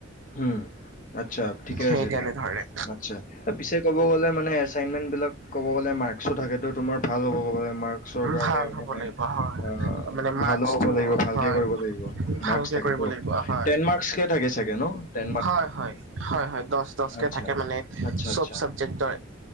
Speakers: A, on the left; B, on the right.
A: উম, আচ্ছা' ঠিকে
B: সেই
A: আছে
B: তেনেধৰণে
A: দিয়া, আচ্ছা' পিছে- ক'ব গ'লে মানে এছাইনমেন্ট বিলাক ক'ব গ'লে মাৰ্কসো থাকেতো। তোমাৰ ভাল হ'ব ক'ব লাগে মাৰ্কশৰ কাৰণে
B: ভাল হ'ব
A: মানে
B: লাগিব হয়
A: অ'
B: মানে মাৰ্কচটো
A: ভালো হ'ব লাগিব ভালকে
B: হয়
A: কৰিব লাগিব।
B: ভালকে
A: মাৰ্কচ থাকেটো
B: কৰিব লাগিব হয়
A: টেন মাৰ্কচকে থাকে চাগে ন' টে-
B: হয় হয়, হয় হয়, দচ দচ কে
A: আচ্ছা
B: থাকে মানে
A: আচ্ছা
B: চব
A: আচ্ছা
B: চাবজেক্টৰ